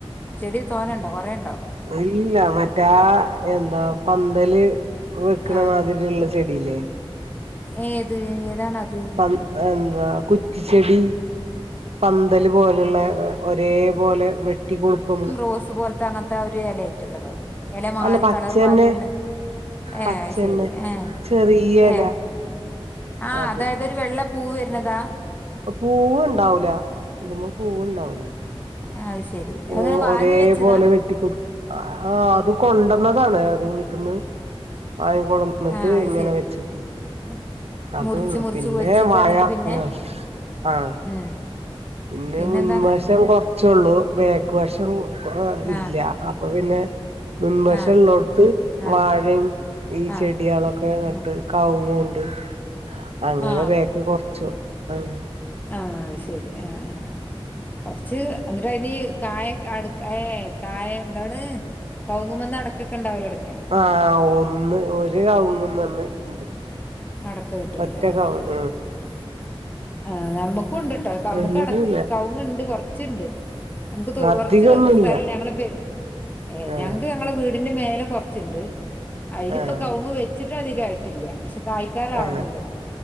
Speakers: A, on the left; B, on the right.
A: ചെടി തോനെണ്ടോ കൊറേ ഉണ്ടോ
B: അയില്ല മറ്റേ എന്താ പന്തല് വെക്കണമാതിരി
A: ആഹ്
B: ള്ള ചെടി ലെ
A: ഏത് ഏതാണ് അത്
B: പ എന്താ കുറ്റിച്ചെടി പന്തല് പോലുള്ള ഒരേ പോലെ വെട്ടികൊടുക്കും നമ്മള്
A: പോസ് പോലത്തെ അങ്ങനത്തെ ഒരു എല ആയിട്ടുള്ളതോ എല മാറി
B: അല്ല പച്ചന്നെ
A: കളർ മാറി വരുന്നേ ഏ
B: പച്ചന്നെ
A: അഹ് ശരി ഏ
B: ചെറിയല
A: ഏ ആ
B: അത്
A: അതായത് വെള്ള പൂവ് വരുന്നതാ
B: പൂവ് ഉണ്ടാവൂല ഇതിമേ പൂവുണ്ടാവൂല
A: അഹ് ശരി
B: ആ
A: അങ്ങനെ വാങ്ങി
B: ഒരേ
A: വെച്ചതാ
B: പോലെ വെട്ടിക്കൊടുക്കും ആഹ അത് കൊണ്ടന്നതാണ് ഒരു വീട്ട്ന്ന് വാങ്ങി കൊടന് ഇന്നട്ട്
A: ആ അത്
B: ഇങ്ങനെ
A: ശരി
B: വെച്ച്ക്ക
A: എന്നിട്ട്
B: അതൊള്ളു
A: മുറിച്ച് മുറിച്ച്
B: പിന്നെ
A: വെച്ചക്ക്
B: മഴ
A: എന്നിട്ട് പിന്നെ
B: ആഹ ആഹ
A: ഉം
B: പിന്നെ
A: പിന്നെന്താണ്
B: മുൻവശം കൊറച്ചൊള്ളൂ ബേക്ക് വശം കോ ഇല്ല
A: ആ
B: അപ്പോ പിന്നെ മുൻവശള്ളോടുത്ത്
A: ആ ആ
B: വാഴം ഈ
A: ആ
B: ചെടിയാളൊക്കെ
A: ആ
B: നട്ട് കവ്ങ്ങുണ്ട് അങ്ങനെ
A: ആ
B: ബേക്ക് കൊറച്ചും അങ്ങനെ
A: ആഹ അഹ് ശരി ആഹ ആഹ ആഹ കൊറച്ച് എന്നിട്ടയ്ന് കായ അടു ഏ കായ എന്താണ് കൗവുങ്ങുമെന്ന് അടക്കക്കെ ഉണ്ടാവലോടങ്ങിയോ
B: ആഹ ഒന്ന് ഒരു കവ്ങ്ങുമന്ന് ഉണ്ട്
A: അടക്ക കിട്ടിണ്ട്
B: ഒറ്റ
A: ആഹ്
B: കവുങ്ങ്
A: ആ ആ ആഹ നമുക്കും ഉണ്ട് ട്ടോ കമുക
B: അങ്ങനെല്ല
A: അടക്ക കവുങ്ങ്ണ്ട് കൊറച്ചുണ്ട് നമുക്ക്
B: അധികൊന്നുല്ല
A: കുറച്ച് സ്ഥലം ഞങ്ങൾ പേ ഏ
B: ആഹ്
A: ഞങ്ങൾക്ക്‌ ഞങ്ങ ഞങ്ങളുടെ വീടിന്റെ മേലെ കുറച്ച്ണ്ട് അയിൽപ്പം
B: ആഹ്
A: കവുങ്ങ് വെച്ചിട്ട് അധികായിട്ടില്ല പക്ഷേ കായ് ക്കാറാവുന്നോള്ളൂ
B: ആഹ്